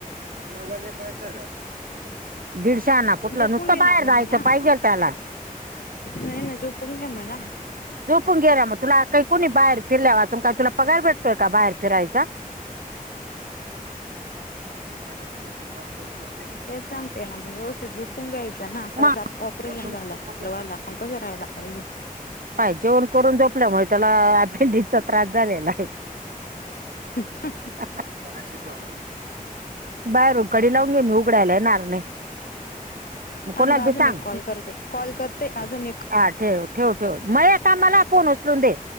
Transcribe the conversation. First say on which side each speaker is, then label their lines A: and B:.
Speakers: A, on the right; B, on the left.
A: मोबाईल दे. दीडशाना
B: तर
A: कुठलं
B: झोपून
A: नुकतं
B: घे ना
A: बाहेर
B: मग
A: जायचं
B: म्हणा
A: पाहिजेल त्याला.
B: नाही नाही झोपून घे म ना
A: झोपून गेला म तुला काही कोणी बाहेर फिरल्या वाचून काय तुला पगार भेटतोय का बाहेर फिरायचा?
B: <inaudible>
A: <unintelligible>
B: तेच सांगते ना म रोज ते झोपून घ्यायचं ना आता
A: मग
B: जा ऑपरेशन झाल <unintelligible> मगं कस राहायला पाहिजे?
A: पाह्य जेवण करून जोपल्यामुळे त्याला अपेंडीचा त्रास झालेला आहे.
B: <unintelligible>
A: <unintelligible> शिकव ना बाहेरून कडी लावून घे मी उघडायला येणार नाही. मग
B: थांब
A: कोणाला
B: गं आजून
A: बी सांग
B: एक कॉल करते कॉल करते आजून एक.
A: हा ठेव, ठेव, ठेव मया का मला फोन उचलून दे.